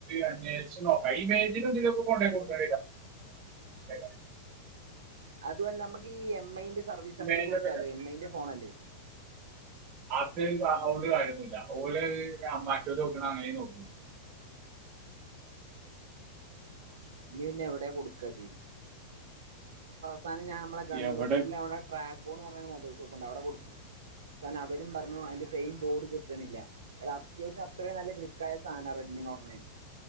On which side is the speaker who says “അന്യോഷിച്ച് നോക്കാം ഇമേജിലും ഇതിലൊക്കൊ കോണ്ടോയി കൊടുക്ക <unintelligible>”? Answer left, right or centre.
Right